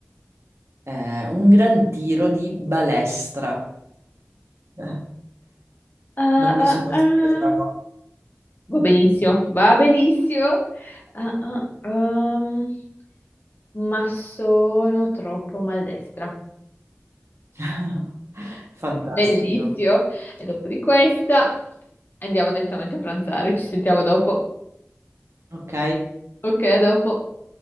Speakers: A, on the right; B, on the left.
A: eh, un gran tiro di balestra. <laughs>
B: Ah,
A: Non mi
B: ah,
A: sono
B: ah.
A: spiegata.
B: Va benissimo, va benissimo. Ah, ah, ehm, ma sono troppo maldestra.
A: <laughs> Fantastico.
B: Bellissimo. E dopo di questa andiamo direttamente a pranzare. Ci sentiamo dopo.
A: Ok.
B: Ok, a dopo.